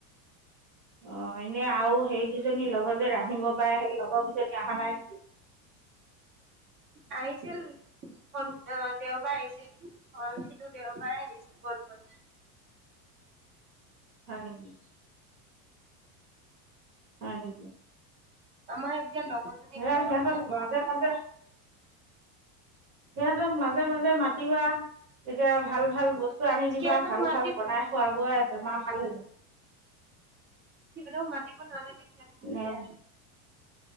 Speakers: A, on the right (about 40°); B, on the right (about 25°).
A: অ এনে আউ সেইকেইজনী লগত যে ৰান্ধিব পাৰে সেই লগৰ কেজনী অহা নাই নেকি
B: আহিছিল শন-অ দেওবাৰে আহিছিল অ সিটো দেওবাৰে আহিছিল বল বল
A: হয় নেকি হয় নেকি
B: আমাৰ এতিয়া লগৰজনী
A: হে
B: ঘৰত
A: হেখন
B: যাব
A: মাজে মাজে সিহতক মাজে মাজে মাতিবা তেতিয়া ভাল ভাল বস্তু আনি
B: সিহঁতক
A: দিবা ভাল
B: মাতিব
A: ভাল বনাই খোৱাবই বেমাৰ ভাল হৈ যাব
B: সিহঁতক মাতিব নালাগে সিহঁতে নিজে
A: ন
B: আহে